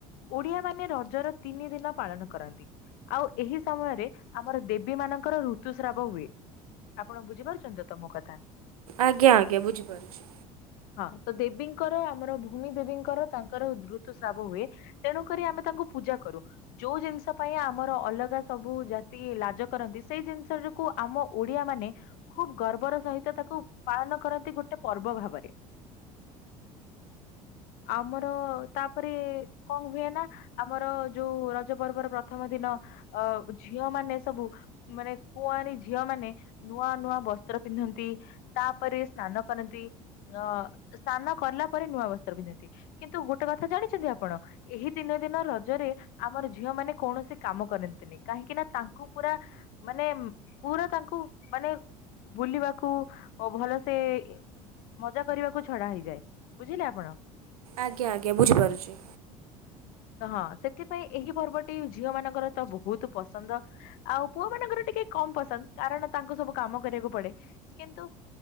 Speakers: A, on the left (about 50°); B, on the right (about 75°).
A: ଓଡିଆ ମାନେ ରଜର ତିନି ଦିନ ପାଳନ କରନ୍ତି। ଆଉ ଏହି ସମୟରେ ଆମର ଦେବୀ ମାନଙ୍କର ଋତୁସ୍ରାବ ହୁଏ। ଆପଣ ବୁଝିପାରୁଚନ୍ତି ତ ମୋ କଥା?
B: ଆଜ୍ଞା ଆଜ୍ଞା ବୁଝିପାରୁଚି।
A: ହଁ ତ ଦେବି ଙ୍କର ଆମର ଭୂମି ଦେବୀଙ୍କର ତାଙ୍କର ଋତୁ ଶ୍ରାବ ହୁଏ ତେଣୁ କରି ଆମେ ତାଙ୍କୁ ପୂଜା କରୁ। ଯୋଉ ଜିନିଷ ପାଇଁ ଆମର ଅଲଗା ସବୁ ଜାତି ଲାଜ କରନ୍ତି ସେଇ ଜିନିଷକୁ ଆମ ଓଡିଆ ମା ନେ ଖୁବ ଗର୍ବର ସହିତ ତାକୁ ପାଳନ କରନ୍ତି ଗୋଟେ ପର୍ବ ଭାବରେ। ଆମର ତାପରେ କଣ ହୁଏ ନା ଆମର ଯୋଉ ରଜ ପର୍ବର ପ୍ରଥମ ଦିନ ଅ ଝିଅ ମାନେ ସବୁ ମାନେ କୁଆରୀ ଝିଅ ମାନେ ନୂଆ ନୂଆ ବ ସ୍ତ୍ର ପିନ୍ଧନ୍ତି ତାପରେ ସ୍ନାନ କରନ୍ତି ଅ ସ୍ନାନ କଲା ପରେ ନୂଆ ବସ୍ତ୍ର ପିନ୍ଧନ୍ତି କିନ୍ତୁ ଗୋଟେ କଥା ଜାଣିଛନ୍ତି ଆପଣ ଏହି ତିନି ଦିନ ରଜରେ ଆମର ଝିଅ ମାନେ କୌଣସି କାମ କରନ୍ତିନି କାହିଁକି ନା ତାଙ୍କୁ ପୁରା ମାନେ ପୁରା ତା ଙ୍କୁ ମାନେ ବୁଲିବାକୁ ଭଲସେ ମଜା କରିବାକୁ ଛଡା ହେଇଯାଏ। ବୁଝିଲେ ଆପଣ।
B: ଆଜ୍ଞା ଆଜ୍ଞା ବୁଝିପାରୁଚି।
A: ହଁ ସେଥିପାଇଁ ଏହି ପର୍ବଟି ଝିଅ ମାନଙ୍କର ତ ବହୁତ ପସନ୍ଦ ଆଉ ପୁଅ ମାନଙ୍କର ଟିକେ କମ ପସନ୍ଦ କାରଣ ତାଙ୍କୁ ସବୁ କାମ କରିବାକୁ ପଡେ କିନ୍ତୁ